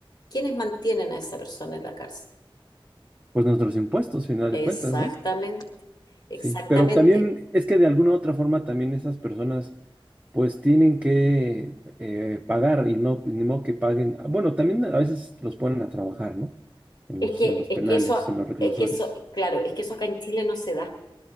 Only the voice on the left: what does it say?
¿quiénes mantienen a esa persona en la cárcel?
Exactamente,
exactamente.
Es
que,
es
que eso,
es que eso, claro, es que eso acá en Chile no se da.